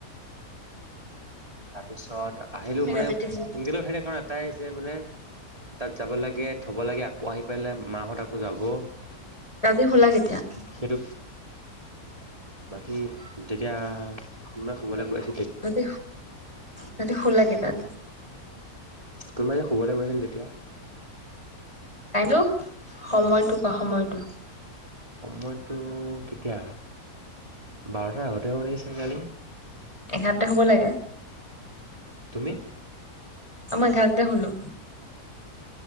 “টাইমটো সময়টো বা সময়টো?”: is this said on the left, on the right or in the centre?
Left